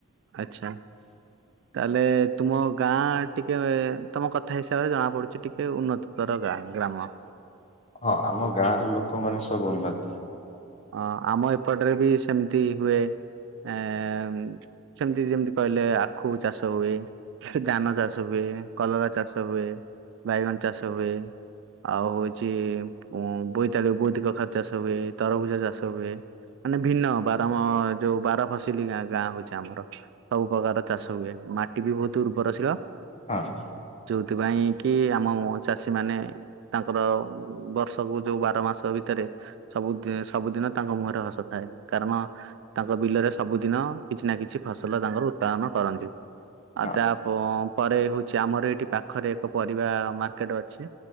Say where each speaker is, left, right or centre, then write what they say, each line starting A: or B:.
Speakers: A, on the right; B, on the left.
A: ଆଚ୍ଛା। <inaudible> ତାହେଲେ ତୁମ ଗାଁ ଟିକେ ତମ କଥା ହିସାବରେ ଜଣା ପଡୁଛି ଟିକେ ଉନ୍ନତତର ଗାଁ କାମ
B: ହଁ ଆମ ଗାଁ ର ଲୋକମାନେ ସବୁ ଉନ୍ନତି
A: ଆଁ ଆମ ଏପଟରେ ବି ସେମିତି ହୁଏ ଆଁ ଏଁ ଏଁ ଏଁ ସେମ୍ ଯେମିତି କହିଲେ ଆଖୁ ଚାଷ ହୁଏ ଧାନ ଚାଷ ହୁଏ କଲରା ଚାଷ ହୁଏ ବାଇଗଣ ଚାଷ ହୁଏ ଆଉ ହୋଉଛି ଉଁ ମ୍ ବୋଇତାଳୁ ବୋଇତି କଖାର ଚାଷ ହୁଏ ତରଭୁଜ ଚାଷ ହୁଏ ମାନେ ଭିନ୍ନ ବାର ଯୋଉ ବାର ଫସଲି ଗାଁ ହୋଉଛି ଆମର ସବୁ ପ୍ରକାର ଚାଷ ହୁଏ। ମାଟି ବି ବହୁତ ଉର୍ବରଶୀଳ
B: ହଁ। <inaudible>
A: ସେଥିପାଇଁ କି ଆମ ଚାଷୀ ମାନେ ତାଙ୍କର ବର୍ଷକୁ ଯୋଉ ବାର ମାସ ଭିତରେ ସବୁ ଦି ସବୁଦିନ ତାଙ୍କ ମୁହଁରେ ହସ ଥାଏ କାରଣ ତାଙ୍କ ବିଲରେ ସବୁଦିନ କିଛି ନା କିଛି ଫସଲ ତାଙ୍କର ପ୍ରତ୍ସାହନ କରନ୍ତି
B: ହଁ
A: ଆଉ ତା ପରେ ହୋଉ ଆମର ଏଠି ପାଖରେ ଏକ ପରିବା ମାର୍କେଟ ଅଛି।